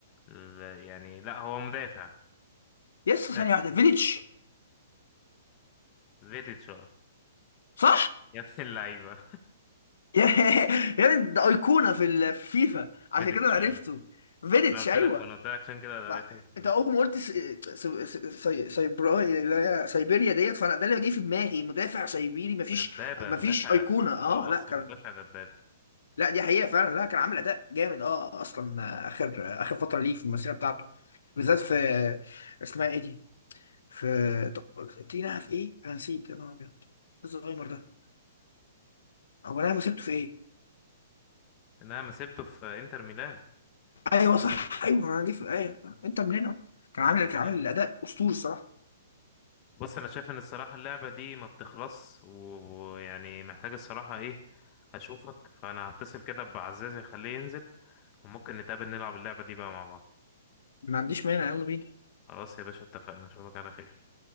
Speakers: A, on the left; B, on the left.
A: ال- يعني لا هو مدافع
B: يس ثانيه
A: مدافع
B: واحده فيليتش
A: خلاص. فيديتش اه
B: صح
A: يا ابن اللعيبه
B: <laughs> يا- يعني ده ايقونه في ال- في فيفا عشان
A: فيديتش
B: كده أنا عرفته
A: فعلا
B: فيليتش
A: انا قلت
B: ايوه
A: لك ما انا قلت لك عشان كده ده
B: ما
A: هيكون خطير
B: انت اول ما قلت سي... سي... سي... سيبرا اللي هي سيبيريا ديت فانا ده اللي جه في دماغي مدافع سيبيري مفيش
A: دبابه
B: مفيش
A: مدافع
B: ايقونه اه
A: هو
B: لا
A: اصلا
B: كان
A: مدافع دبابه
B: لا دي حقيقه فعلا لا كان عامل اداء جامد اه اصلا اخر اخر فتره ليه في المسيره بتاعته بالذات في اسمها ايه دي في تينا في ايه انا نسيت يا نهار ابيض إيه الزهايمر ده هو انا مسيرته في ايه
A: انها مسيرته في انتر ميلان
B: ايوه صح ايوه انا دي في ايوه انت منين اهو كان
A: انتر
B: عامل كان
A: ميلان
B: عامل
A: آه.
B: اداء اسطوري الصراحه
A: بص انا شايف ان الصراحه اللعبه دي ما بتخلص و- ويعني محتاج الصراحه ايه هشوفك فانا هتصل كده بعزازي اخليه ينزل وممكن نتقابل نلعب اللعبه دي بقى مع بعض
B: ما عنديش مانع يلا بينا
A: خلاص يا باشا اتفقنا اشوفك على خير